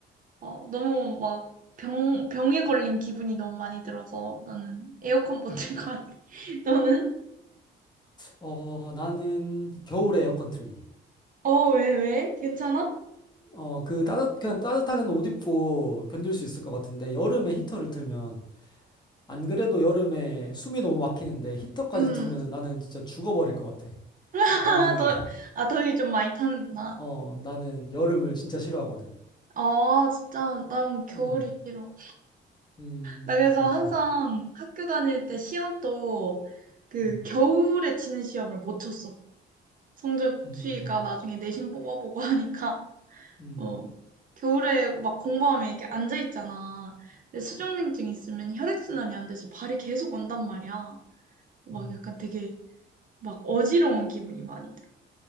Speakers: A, on the right; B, on the left.
A: 어, 너무 막 병, 병에 걸린 기분이 너무 많이 들어서 나는 에어컨 못 틀고, <laughs> 너는?
B: 어, 나는 겨울에 에어컨 틀기.
A: 어, 왜, 왜? 괜찮아?
B: 어, 그 따뜻, 그냥 따뜻하게는 옷 입고 견딜 수 있을 것 같은데 여름에 히터를 틀면 안 그래도 여름에 숨이 너무 막히는데 히터까지
A: 음.
B: 틀면은 나는 진짜 죽어버릴 것 같아.
A: 아,
B: 나는,
A: 더,
B: <laughs>
A: 아, 더위 좀 많이 타는구나.
B: 어, 나는 여름을 진짜 싫어하거든.
A: 아, 진짜, 난 겨울이
B: 음,
A: 싫어.
B: 음,
A: 나 그래서
B: 그렇구나.
A: 항상 학교 다닐 때 시험도 그
B: 음,
A: 겨울에 치는 시험을 못 쳤어. 성적
B: 음,
A: 추이가 나중에 내신 뽑아보고 하니까,
B: 음,
A: 어. 겨울에 막 공부하면 이렇게 앉아있잖아. 근데 수족냉증 있으면 혈액순환이 안 돼서 발이 계속 온단 말이야. 막
B: 음,
A: 약간 되게 막 어지러운 기분이 많이 돼.